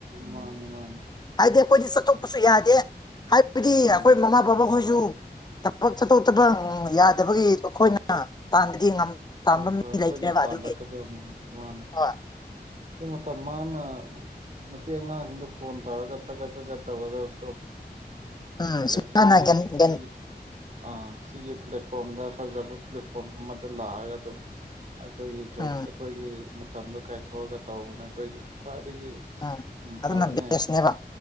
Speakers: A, on the right; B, on the left.
A: ꯃꯥꯅꯤ ꯃꯥꯅꯤ
B: ꯍꯥꯏꯗꯤ ꯑꯩꯈꯣꯏꯗꯤ ꯆꯠꯊꯣꯛꯄꯁꯨ ꯌꯥꯗꯦ ꯍꯥꯏꯕꯗꯤ
A: ꯎꯝ
B: ꯑꯩꯈꯣꯏ ꯃꯃꯥ ꯕꯕꯥꯈꯣꯏꯁꯨ ꯊꯕꯛ ꯆꯠꯊꯣꯛ ꯆꯠꯕ ꯌꯥꯗꯕꯒꯤ ꯑꯩꯈꯣꯏꯅ ꯇꯥꯟꯕꯗꯤ ꯇꯥꯝꯕ
A: ꯍꯣꯏ ꯍꯣꯏ
B: ꯃꯤ
A: ꯑꯩꯈꯣꯏꯅ
B: ꯂꯩꯇ꯭ꯔꯦꯕ
A: ꯇꯥꯜꯂꯛꯀꯗꯕꯅꯤ
B: ꯑꯗꯨꯒꯤ
A: ꯃꯥꯅꯤ
B: ꯍ
A: ꯁꯤ ꯃꯇꯝ ꯃꯥꯡꯅ ꯅꯨꯄꯤ ꯑꯉꯥꯡꯁꯤꯡꯗ ꯐꯣꯟ ꯇꯧꯔꯒ ꯆꯠꯒꯠ ꯆꯠꯀꯠ ꯇꯧꯒꯗꯧꯁꯨ
B: ꯎꯝ ꯁꯨꯃꯥꯏꯅ
A: ꯁꯤꯒꯤ
B: ꯒꯟ ꯒꯟ
A: ꯁꯤꯒꯤ ꯑ ꯁꯤꯒꯤ ꯄ꯭ꯂꯦꯠꯐꯣꯝꯗ ꯐꯖꯕ ꯄ꯭ꯂꯦꯠꯐꯣꯝ ꯑꯃꯗ ꯂꯥꯛꯑꯒ ꯑꯗꯨꯝ ꯑꯩꯈꯣꯏꯒꯤ ꯖꯣꯕ
B: ꯎꯝ
A: ꯑꯩꯈꯣꯏꯒꯤ ꯃꯇꯝꯗꯣ ꯀꯥꯏꯊꯣꯛꯑꯒ ꯇꯧꯕꯅ ꯑꯩꯈꯣꯏꯒꯤ ꯈ꯭ꯋꯥꯏ ꯒꯤ
B: ꯎꯝ
A: ꯎ
B: ꯑꯗꯨꯅ
A: ꯐꯕꯅꯦ
B: ꯕꯦꯁꯅꯦꯕ